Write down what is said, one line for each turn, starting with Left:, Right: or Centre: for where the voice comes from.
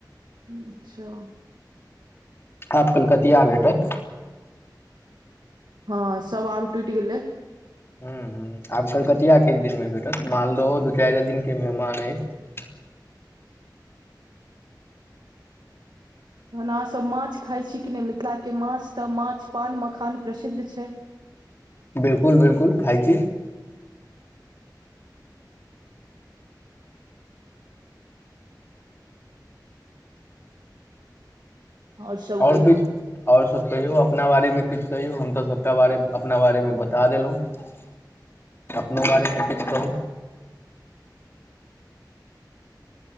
Right: अच्छा
Left: आ अपन कथिी आ भेटत
Right: हँ सब आम टुटि गेलै
Left: ह ह आ कलकतिया किस दिन में बैठो मालदहो दू चारि दिन क के मेहमान अछि
Right: तहन अहाँसभ माछ खााय छी कि नहि मिथिलाके माछ तऽ माछ पान मखान प्रसिद्ध छै <inaudible>
Left: बिलकुल बिलकुल खाइ छी
Right: आओर सभ
Left: ओर
Right: कहियौ
Left: किछु ओर सब कहियौ अपना बारेमे किछु कहियौ हम तऽ सभटा बारे अपना बारेमे बता देलहुँ अपनो बड़ेमे किछ कहू